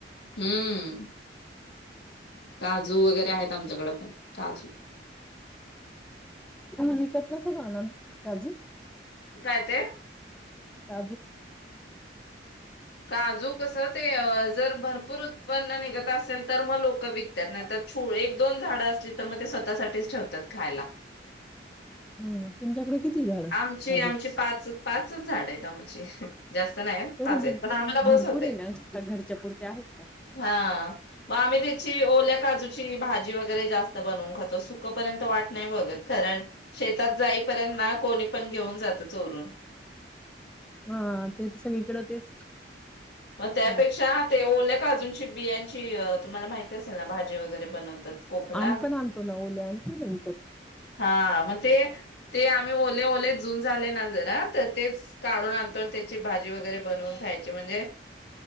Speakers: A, on the left; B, in the centre.
A: हम्म काजू वगैरे ते आहेत, आमच्याकडं पण काजू.
B: <unintelligible> तर कसं जाणार काजू?
A: काय ते?
B: काजू.
A: काजू कसं ते जर भरपूर उत्पन्न निघत असेल, तर मग लोक विकत्यात. नाहीतर छू एक दोन झाडं असली, तर मग ते स्वतःसाठीच ठेवतात खायला.
B: हं तुमच्याकडे किती झाड
A: आमची
B: काजू
A: आमची पाच पाचच झाड हायत त आमचे. जास्त नाहीयेत
B: तरी
A: पाच
B: ब-
A: आहेत. पण आम्हाला बस
B: भरपूर
A: होतंय.
B: आहे ना का घरच्या पुरत्या आहेत ना.
A: हा मग आम्ही त्याची ओल्या काजूची भाजी वगैरे जास्त बनवून खातो, सुखपर्यंत वाट नाही बघत. कारण शेतात जाईपर्यंत ना कोणीपण घेऊन जातं चोरून.
B: हा तेच सगळी कडं तेच.
A: मग त्यापेक्षा,
B: हम्म.
A: ते ओल्या काजूंची बियांची तुम्हाला माहिती असेल ना, भाजी वगैरे बनवतात कोकणात.
B: आम्हीपण आणतोना, ओले आणतोना विकत.
A: हा मग ते ते आम्ही ओले ओले जुन झाले ना जरा, तर तेच काढून आणतो आणि त्याची भाजी वगैरे बनवून खायची म्हणजे